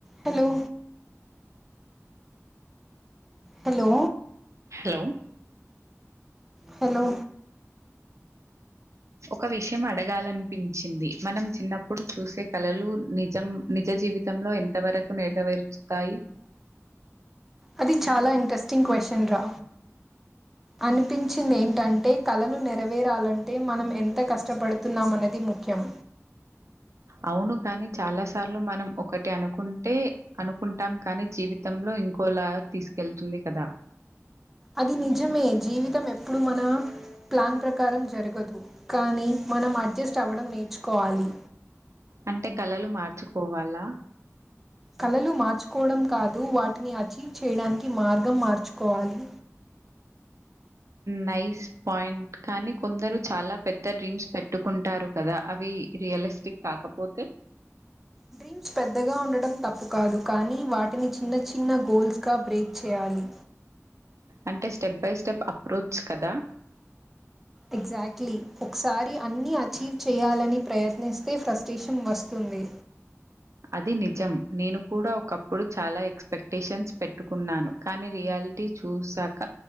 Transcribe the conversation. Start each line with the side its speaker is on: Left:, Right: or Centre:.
Centre: Hello hello
Right: లో
Centre: hello
Right: ఒక విషయం అడగాలనిపించింది మనం చిన్నప్పుడు చూసే కళలు నిజం నిజ జీవితంలో ఎంతవరకు నెరవేర్చుతాయి
Centre: అది చాలా ఇంట్రెస్టింగ్ క్వశ్చన్ రా అనిపించింది ఏంటంటే కళలు నెరవేరాలంటే మనం ఎంత కష్టపడుతున్నాం అన్నది ముఖ్యం
Right: అవును కాని చాలా సార్లు మనం ఒకటి అనుకుంటే అనుకుంటాం కానీ జీవితంలో ఇంకోలా తీసుకెళ్తుంది కదా
Centre: అది నిజమే జీవితం ఎప్పుడు మన ప్లాన్ ప్రకారం జరగదు కానీ మనం అడ్జస్ట్ అవ్వడం నేర్చుకోవాలి
Right: అంటే కళలు మార్చుకోవాలా
Centre: కళలు మార్చుకోవడం కాదు వాటిని అచీవ్ చేయడానికి మార్గం మార్చుకోవాలి
Right: నైస్ పాయింట్ కానీ కొందరు చాలా పెద్ద డ్రీమ్స్ పెట్ ట్టుకుంటారు కదా అవి రియలిస్టిక్ కాకపోతే
Centre: డ్రీమ్స్ పెద్దగా ఉండడం తప్పు కాదు కానీ వాటిని చిన్న చిన్న గోల్స్ గా బ్రేక్ చేయాలి
Right: అంటే స్టెప్ బై స్టెప్ అప్రోచ్ కదా
Centre: ఎగ్జాక్ట్లీ ఒకసారి అన్ని అచీవ్ చెయ్యాలని ప్రయత్నిస్తే ఫ్రస్టేషన్ వస్తుంది
Right: అది నిజం నేను కూడా ఒకప్పుడు చాలా ఎక్స్పెక్టేషన్స్ పెట్టుకున్నాను కానీ రియాలిటీ చూసాక